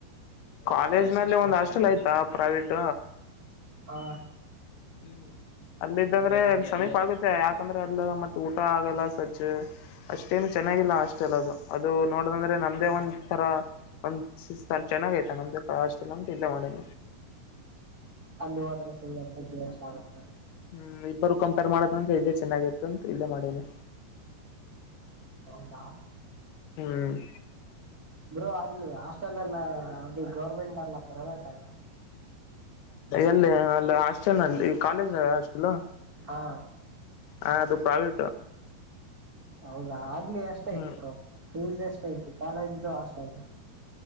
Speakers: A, on the left; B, on the right.
A: ಕಾಲೇಜ್ ನಲ್ಲಿ ಒಂದ್ ಹಾಸ್ಟೆಲ್ ಆಯ್ತಾ ಪ್ರೈವೇಟ್.
B: ಆ.
A: ಹ್ಮ್ ಅಲ್ಲಿದ್ದಂದ್ರೆ ಸಮೀಪ ಆಗುತ್ತೆ ಯಾಕಂದ್ರೆ ಅಲ್ಲ ಮತ್ತ ಊಟ ಆಗಲ್ಲ ಸಜ್ಜ್. ಅಷ್ಟೇನು ಚೆನ್ನಾಗಿಲ್ಲ ಹಾಸ್ಟೆಲ್ ಅದು ಅದು ನೋಡದಂದ್ರೆ ನಮ್ದೇ ಒಂದ್ ತರ. ಒಂದ್ ಚೆನ್ನಾಗೈತ ನಮ್ದೆ ಅಷ್ಟೆಲ್ಲ ಅಂತ ಇಲ್ಲ ಮಾಡ.
B: ಅಲ್ಲಿ ಹೋದ್ರೆ ಸುಮ್ಮ ದುಡ್ಡು ಎಷ್ಟ ಆಗುತ್ತ.
A: ಹ್ಮ್ ಇಬ್ಬರು ಕಂಪೇರ್ ಮಾಡದಂತ ಇದೆೇ ಚೆನ್ನಾಗಿತ್ತುಂತ ಇಲ್ಲೇ ಮಾಡೆನಿ.
B: ಹೌದಾ
A: ಹ್ಮ್.
B: ಬ್ರೋ ಅಲ್ಲಿ ಹಾಸ್ಟೆಲ್ ಎಲ್ಲ ಅದು ಗೌರ್ಮೆಂಟ್ ಅಲ್ಲ ಪ್ರೈವೇಟ್ ಅಲ್ಲ.
A: ಎಲ್ಲಿ ಅಲ್ಲಿ ಹಾಸ್ಟೆಲ್ ನಲ್ಲಿ ಕಾಲೇಜ್ ಹಾಸ್ಟೆಲು.
B: ಹಾ
A: ಹ ಅದು ಪ್ರೈವೇಟು.
B: ಹೌದಾ ಅಲ್ಲಿ ಎಷ್ಟ ಐತ್
A: ಹ್ಮ್
B: ಬ್ರೋ ಫೀಸ್ ಎಷ್ಟ ಐತಿ ಕಾಲೇಜು ಅಷ್ಟ ಅಲ್ಲಿ.